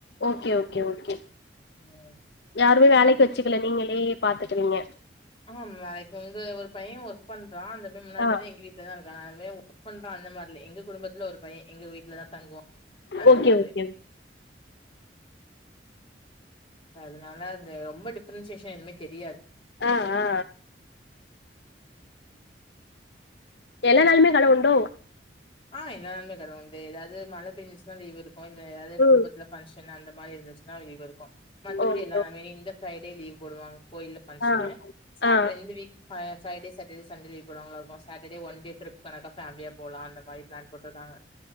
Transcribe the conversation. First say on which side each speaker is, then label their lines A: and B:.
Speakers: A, on the left; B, on the left.
A: ஓகே ஓகே ஓகே
B: ம்
A: யாருமே வேலைக்கு வெச்சிக்கல நீங்களே பாத்துக்குவீங்க
B: ஆமா வேலைக்கு வந்து ஒரு பைய ஒர்க் பண்றா அந்த பை முன்னாடிலருந்தே
A: ஆ
B: எங்க வீட் <unintelligible> ஒர்க் பண்றா அந்த மாரி இல்ல எங்க குடும்பத்துல ஒரு பைய எங்க வீட்ல தா தங்குவா அந்த
A: ஓகே
B: மாதிரி
A: ஓகே ஓ
B: இப்ப அதனால அந்த ரொம்ப டிஃப்ரென்சியேஷன் எதுவுமே தெரியாது
A: ஆ ஆ எல்லா நாலுமே கட உண்டோ
B: ஆ எல்லா நாலுமே கட உண்டு எதாது அது மழ பெஞ்சுச்சுனா லீவ் இருக்கு இல்ல எதாவது
A: ம்
B: குடும்பத்துல ஃபங்க்ஷன் அந்த மாரி இருந்துச்சுன்னா லீ்வ் இருக்கு மத்தபடி
A: ஓகே
B: எல்லா
A: ஓ
B: <unintelligible> இந்த ஃப்ரைடே லீவ் போடுவாங்க கோயில பங்க்ஷனு
A: ஆ
B: சாட்டர்
A: ஆ
B: இந்த week <unintelligible> Friday Saturday Sunday leave போடுவாங்களா இருக்கு சாட்டர்டே ஒன் டே ட்ரிப் கனக்கா ஃபேமிலியா போலா அந்த மாரி ப்ளான் போட்ருக்காங்க